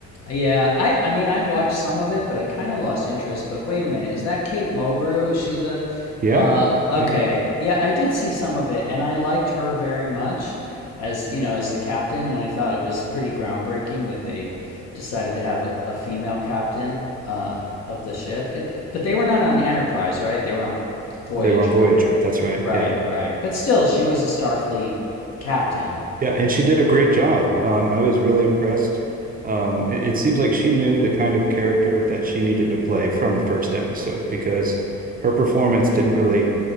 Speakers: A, on the left (about 60°); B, on the right (about 30°).
A: Yeah, I I mean I watched some of it, but I kind of lost interest. But wait a minute, is that Kate Mulgrew? Is she the
B: Yeah.
A: uh
B: Yeah.
A: okay. Yeah, I did see some of it and I liked her very much as, you know, as the captain and I thought it was pretty groundbreaking that they decided to have a, a female captain uh of the ship. It, but they were not on the Enterprise, right? They were on Voyager.
B: They were on Voyager. That's right.
A: Right,
B: Yeah.
A: right. But still she was a Starfleet captain.
B: Yeah. And she did a great job. Um, I was really impressed. Um, it, it seems like she knew the kind of character that she needed to play from the first episode because her performance didn't really